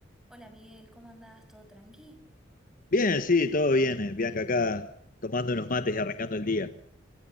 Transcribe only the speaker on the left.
Bien, sí, todo bien, eh, Bianca, acá tomando unos mates y arrancando el día.